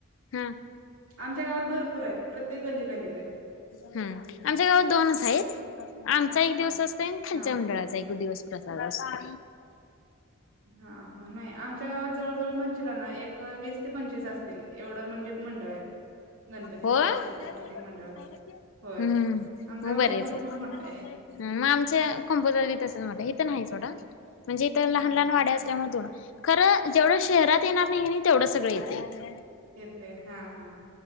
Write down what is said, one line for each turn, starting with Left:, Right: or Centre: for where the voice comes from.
Left: हम्म.
Right: आमच्या गावात भर पुर आहेत प्रत्येक गल्ली गलीत आहेत
Left: हम्म आमच्या गावात दोनच हाईत. आमचा एक दिवस अस खालच्या
Right: हा
Left: मंडळाचा एक दिवस. प्रसाद असतो.
Right: हा हा नाही आमच्या गावात जवळ जवळ म्हणशीला ना एक वीस ते पंचवीस असतील एवढं म्हणजे मंडळ आहेत. गणपती
Left: हो
Right: तेवढं
Left: हूं
Right: असतात प्रत्येक मंडळाचं होय आमचं
Left: मग
Right: गाव
Left: बरेच
Right: भरपूर
Left: आहेत
Right: मोठं आहे
Left: मग आमचे कम्पोजर तीत असेल मोठ हित नाहीच. एवडा म्हणजे इथं लहान
Right: हा
Left: लहान वाड्या असल्यामधून खरं जेवढं शहरात येणार नाही नी तेवढं सगळं येत इथं.
Right: येतय. हा हा